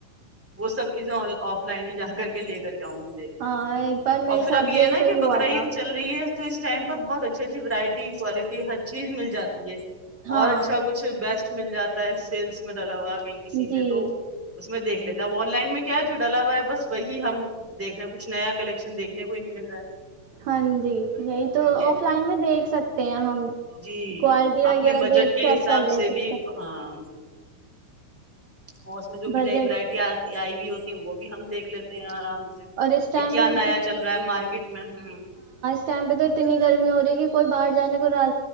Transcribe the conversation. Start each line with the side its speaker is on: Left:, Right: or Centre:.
Centre: وہ سب چیزیں آف لائن ہی جا کر کے لے کر کے ہوں گی دیکھ کے
Right: ہاں ایک بار میرے
Centre: اور
Right: ساتھ
Centre: پھر اب یہ
Right: بھی
Centre: ہے
Right: ایسا
Centre: نا
Right: ہی
Centre: کہ
Right: ہوا
Centre: بکرا
Right: تھا
Centre: عید چل رہی ہے تو اس ٹائم پر بہت اچھی اچھی وورائٹی کوالٹی ہر چیز مل جاتی ہے
Right: ہاں
Centre: اور اچھا کچھ بیسٹ مل جاتا ہے سیلس ڈلا ہوا کہیں کسی
Right: جی
Centre: میں تو اس میں دیکھ لیتے ون لائن میں کیا جو ڈلا ہوا ہے بس وہی ہم دیکھ رہے ہیں کچھ نیا کلیکشن دیکھنے کو ہی نہیں مل رہا
Right: ہاں جی یہی
Centre: ہے
Right: تو
Centre: یہ
Right: آف
Centre: ہے
Right: لائن میں دیکھ سکتے پیا ہم
Centre: جی
Right: کوالٹی وغیرہ
Centre: آپ نے بجٹ
Right: دیکھ
Centre: کے
Right: چیک
Centre: حساب
Right: کر
Centre: سے
Right: لے سکتے
Centre: بھی
Right: ہیں۔
Centre: ہاں اور اس میں جو بھی
Right: بجٹ
Centre: نئی وورائٹی آ آئی بھی ہوتی ہیں وہ بھی ہم دیکھ لیتے ہیں آرام سے
Right: اور اس ٹائم
Centre: یہ کیا
Right: پہ تو
Centre: نیا چل رہا ہے مارکیٹ میں ہ
Right: ائم پہ تو اتنی گرمی ہو رہی کہ کوئی باہر جانے کو را